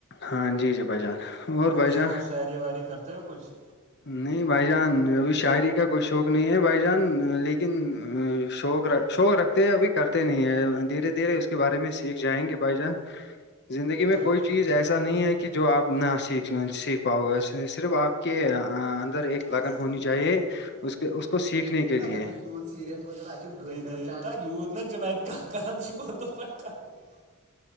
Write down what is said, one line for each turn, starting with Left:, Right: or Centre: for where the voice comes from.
Left: ہاں جی جی بھائی جان
Right: اور
Left: جان
Right: سنا شاعری واعری کرتے ہو کچھ
Left: نہیں بھائی جان ابھی شاعری کا کچھ شوق نہیں ہے بھائی جان لیکن شوق شوق رکھتے ہیں ابھی کر نہیں ہے دھیرے دھیرے اس کے بارے میں سیکھ جائیں گے بھائی جان زندگی میں
Right: پھر
Left: کوئی
Right: بھی
Left: چیز ایسا نہیں
Right: فقت
Left: ہے کہ
Right: بہنا
Left: کہ جو آپ نہ سیکھ
Right: افیکٹ
Left: سیکھ پاؤ گے اس صرف آپ کے اندر
Right: <unintelligible>
Left: ایک لگن ہونی چاہیے اس کے اس کو سیکھنے کے لیے
Right: <unintelligible>